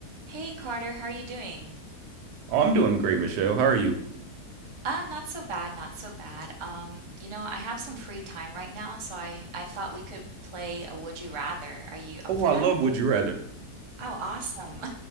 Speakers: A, on the right; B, on the right.
A: Hey Carter, how are you doing?
B: Oh, I'm doing great, Michelle. How are you?
A: Uh, not so bad, not so bad. Um, you know, I have some free time right now, so I I thought we could play a Would You Rather. Are you up
B: Oh,
A: for
B: I
A: that?
B: love Would You Rather.
A: Oh, awesome.